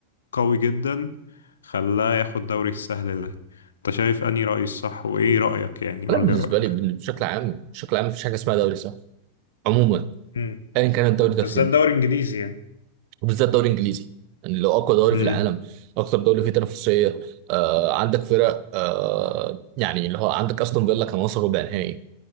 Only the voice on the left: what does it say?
قوي جدا خلاه ياخد دوري السهل ده أنت شايف أنهي رأي الصح وإيه رأيك يعني قول
لي رأيك
امم
بالذات
دوري انجليزي يعني
امم